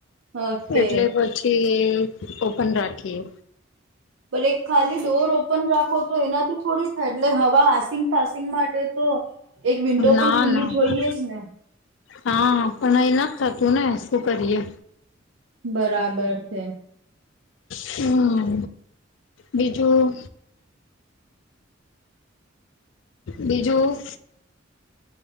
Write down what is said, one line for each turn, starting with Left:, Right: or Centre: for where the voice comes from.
Right: ઓકે
Left: એટલે પછી એ ઓપન રાખીએ
Right: પણ એક ખાલી ડોર ઓપન રાખો તો એનાથી થોડી થાય એટલે હવા હસિંગ પાસિંગ માટે તો એક વિન્ડો
Left: ના
Right: પણ ખુલ્લી
Left: ના
Right: જોઈએ જ ને
Left: હા પણ અહી નથી થતું ને શું કરીએ
Right: બરાબર છે.
Left: હમ બીજું? બીજું